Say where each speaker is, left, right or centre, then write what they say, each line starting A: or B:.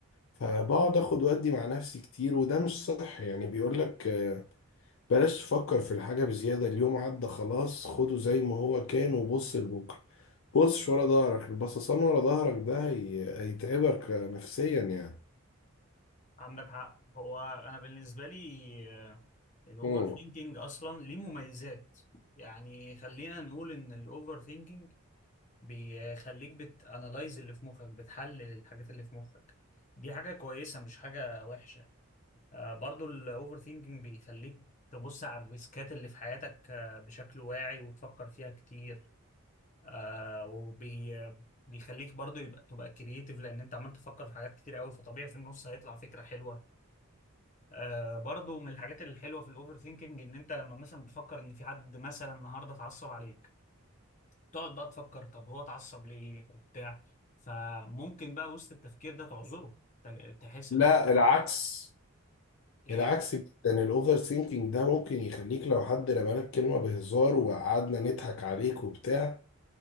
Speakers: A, on the left (about 60°); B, on the left (about 35°).
A: فبقعد اخد ودي مع نفسي كتير وده مش صح يعني بيقول لك بلاش تفكر في الحاجة بزيادة اليوم عدى خلاص خده زي ما هو كان وبص لبكرة بصش ورا ظهرك البصصان ورا ظهرك ده هي... هيتعبك نفسيا يعني
B: عندك حق هو انا بالنسبه لي الاوفر
A: امم
B: ثينكينج اصلا ليه مميزات يعني خلينا نقول ان الاوفر ثينكينج بيخليك بتانالايز اللي في مخك بتحلل الحاجات اللي في مخك دي حاجه كويسه مش حاجه وحشه آه، برضو الاوفر ثينكينج بيخليك تبص على الريسكات اللي في حياتك آه، بشكل واعي وتفكر فيها كتير آه، وبي بيخليك برضو يبقى تبقى كرييتيف لان انت عمال تفكر في حاجات كتير قوي فطبيعي في النص هيطلع فكرة حلوة آه، برضو من الحاجات الحلوة في الاوفر ثينكينج ان انت لما مثلا بتفكر ان في حد مثلا النهارده اتعصب عليك تقعد بقى تفكر طب هو اتعصب ليه وبتاع فممكن بقى وسط التفكير ده تعذره ت- تحس
A: لا
B: اللي هو طب-
A: العكس
B: ايه
A: العكس جدا الاوفر ثينكينج ده ممكن يخليك لو حد رمالك كلمة بهزار وقعدنا نضحك عليك وبتاع